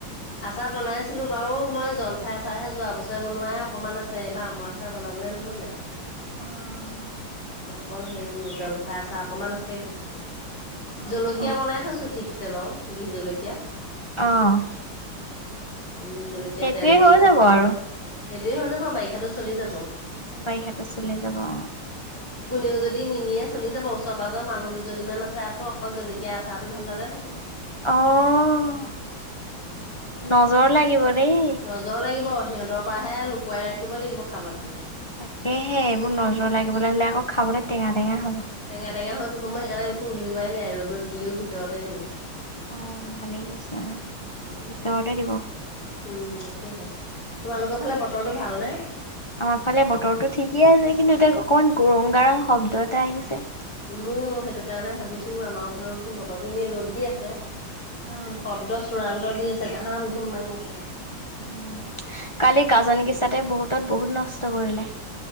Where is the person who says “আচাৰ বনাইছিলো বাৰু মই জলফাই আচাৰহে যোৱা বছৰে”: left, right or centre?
Left